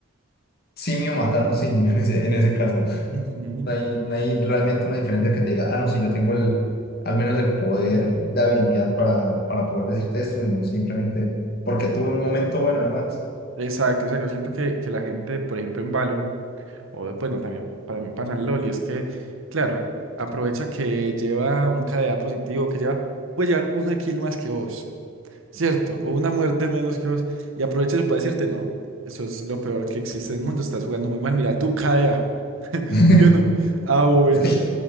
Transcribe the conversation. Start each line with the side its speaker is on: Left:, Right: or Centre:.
Left: simio matando simio en ese, en ese caso.
Right: ujú,
Left: No hay, no hay realmente una diferencia que te diga, ah, no, sí, yo tengo el, al menos el poder de habilidad para, para poder decirte esto, sino simplemente porque tuve un momento bueno, además.
Right: Exacto, exacto. Siento que, que la gente, por ejemplo, en Valorant, O bueno, también para mí pasa en LOL y es que, claro, aprovecha que lleva un KDA positivo, que lleva, puede llevar una kill más que vos, ¿cierto? O una muerte menos que vos. Y aprovecha eso para decirte, no, eso es lo peor que existe en el mundo, estás jugando muy mal, mira tu K D a <laughs>
Left: <laughs>
Right: Y uno, ah, bueno.
Left: Es que,